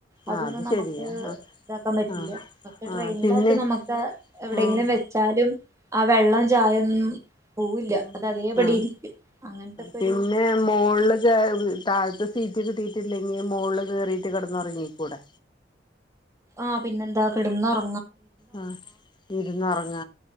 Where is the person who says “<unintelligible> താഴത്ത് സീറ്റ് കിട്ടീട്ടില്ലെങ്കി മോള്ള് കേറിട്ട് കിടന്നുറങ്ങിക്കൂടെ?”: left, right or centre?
Left